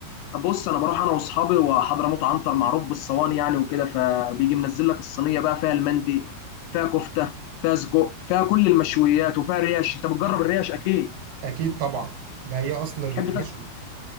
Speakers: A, on the left; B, on the right.
A: بص انا بروح انا واصحابي وحضرموت عنتر معروف بالصواني يعني وكده فبيجي منزل لك الصينيه بقى فيها المندي فيها كفته فيها سجق فيها كل المشويات وفيها ريش انت بتجرب الريش اكيد
B: أكيد طبعا ده هي أصل المشوي
A: بتحب تاكل